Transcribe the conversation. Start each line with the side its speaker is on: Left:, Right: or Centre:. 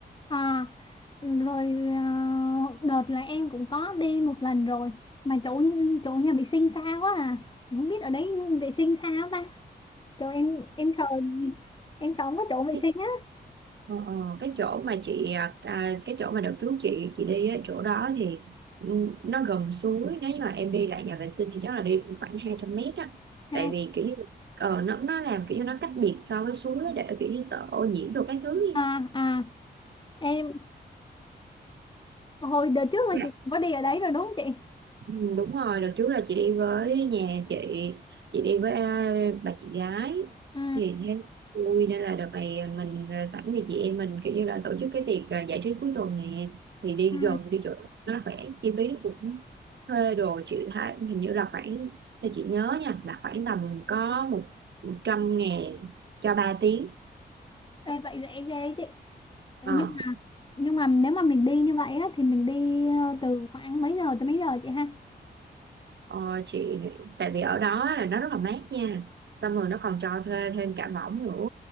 Left: à rồi ờ, đợt là em cũng có đi một lần rồi mà chỗ chỗ nhà vệ sinh xa quá à không biết ở đấy vệ sinh sao ta Trời em em sợ em sợ không có chỗ vệ
Right: Ờ,
Left: sinh á.
Right: Ờ, ờ, cái chỗ mà chị à, à, cái chỗ mà đợt trước chị chị đi á, chỗ đó thì ừ, nó gần suối nếu như mà em đi lại nhà vệ sinh thì chắc là đi cũng khoảng 200 mét á
Left: Hay.
Right: tại vì kiểu như ờ, nó nó làm kiểu như nó cách biệt so với suối á, để kiểu như sợ ô nhiễm đồ các thứ đi
Left: À à em hồi đợt trước là
Right: ừ.
Left: chị cũng có đi ở đấy rồi đúng không chị?
Right: Ừ, đúng rồi đợt trước là chị đi với nhà chị chị đi với à, bà chị gái
Left: Ừ
Right: thì thấy vui nên là đợt này mình à, sẵn thì chị em mình kiểu như là tổ chức cái tiệc à, giải trí cuối tuần nè thì đi
Left: ừ.
Right: gần đi chỗ nó khỏe chi phí nó cũng thuê đồ chị thấy hình như là khoảng theo chị nhớ nha là khoảng tầm có một một trăm ngàn cho ba tiếng
Left: Ê, vậy rẻ ghê chị. Nhưng
Right: Ờ,
Left: mà nhưng mà nếu mà mình đi như vậy á thì mình đi ờ, từ khoảng mấy giờ tới mấy giờ chị ha?
Right: Ờ, chị tại vì ở đó là nó rất là mát nha xong rồi nó còn cho thuê thêm cả võng nữa